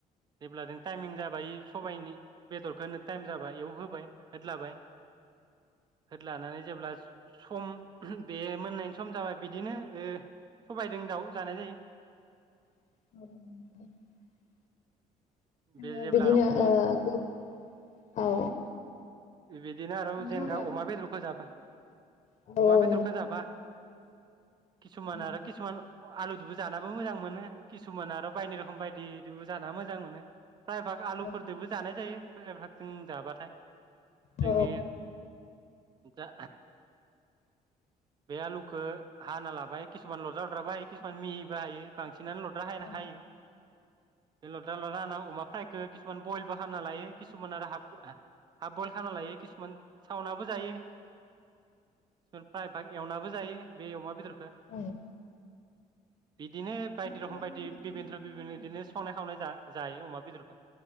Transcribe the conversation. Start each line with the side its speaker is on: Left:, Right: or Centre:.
Right: जेब्ला जों टाइमिं जाबाय सबायनि बेदरखो टाइम जाबाय इयाव होबाय होदलाबाय होदलानानै जेब्ला सम बे मोननायनि सम जाबाय बिदिनो ओ सबायदों दाउ जानाय जायो।
Left: औ <unintelligible>
Right: बे
Left: ओ
Right: जेब्ला
Left: बिदिनो
Right: आरो अम
Left: ओ गो औ
Right: बिदिनो आरो
Left: नोंथाङा
Right: जेनगा अमा बेदरखौ जाबा
Left: औ औ
Right: अमा बेदरखो जाबा किसुमान
Left: नंगौ
Right: आरो किसुमान अ' आलु दुबो जानाबो मोजां मोनो। किसुमान आरो बायनाय रखम बायदि। दिबु जाना मोजां मोनो। प्राय बाग आलुफोरदोबो
Left: औ
Right: जानाय जायो। <unintelligible> जों जाबाथाय जोंनि
Left: औ
Right: दा बे आलुखो हाना लाबाय किसुमान लद्रा लद्राबो हायो। किसुमान मिहिबो हायो बां सिनानो लद्रा हा
Left: औ
Right: हायो। बे लद्रा लद्रा हाना अमा फ्रायखौ किसुमान बयलबो खालामना लायो। किसुमान आरो हाब ब आ हाफ बयल खाना लायो किसुमान सावनाबबो जायो। सोर फ्रायभाग एवनाबो जायो। बे अमा बेदरखो
Left: औ
Right: बिदिनो बायदि रखम
Left: गोबां
Right: बायदि
Left: मैगंखौनो
Right: बिबिनद्र बिबिनद्र इदिनो संनाय खावनाय जा जायो अमा बेदरखो